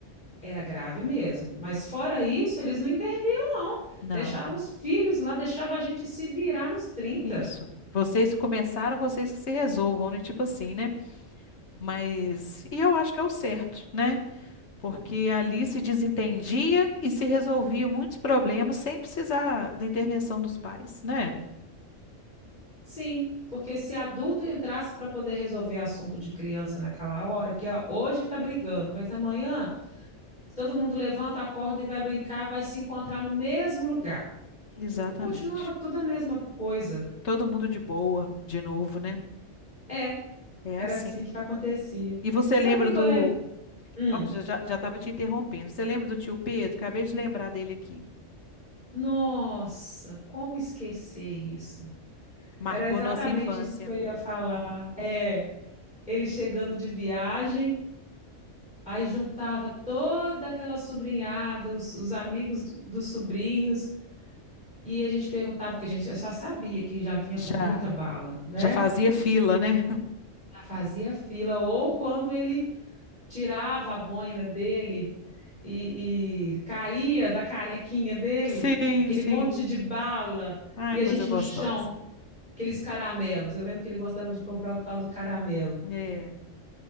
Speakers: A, on the left; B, on the left.
A: era grave mesmo. Mas fora isso, eles não interviam, não.
B: Não,
A: Deixavam os filhos lá, deixava a gente se virar nos trinta,
B: isso. Vocês que começaram, vocês que se resolvam, né? Tipo assim, né? Mas, e eu acho que é o certo, né? porque ali se desentendia e se resolvia muitos problemas sem precisar da intervenção dos pais, né?
A: Sim, porque se adulto entrasse para poder resolver assunto de criança naquela hora, que ó, hoje está brigando, mas amanhã todo mundo levanta, acorda e vai brincar, vai se encontrar no mesmo lugar.
B: Exatamente.
A: E continuava tudo a mesma coisa.
B: Todo mundo de boa, de novo, né?
A: É,
B: É
A: era
B: assim.
A: assim que acontecia.
B: E você
A: E sabe
B: lembra
A: o que, que
B: do.
A: eu lembro? Hum,
B: Ó, já, já, já estava te interrompendo. Você lembra do tio Pedro? Acabei de lembrar dele aqui.
A: nossa, como esquecer isso?
B: Marcou
A: Era exatamente
B: nossa infância.
A: isso que eu ia falar É, ele chegando de viagem, aí juntava toda aquela sobrinhada, os, os amigos do- dos sobrinhos, e a gente perguntava, porque a gente já sabia que já vinha
B: Já,
A: com muita bala, né?
B: já fazia fila, né? <laughs>
A: Já fazia fila, ou quando ele tirava a boina dele e, e caía da carequinha dele,
B: Sim,
A: aquele
B: sim.
A: monte de bala,
B: Ai,
A: e a
B: coisa
A: gente
B: gostosa.
A: no chão, aqueles caramelos. Eu lembro que ele gostava de comprar o tal do caramelo.
B: É,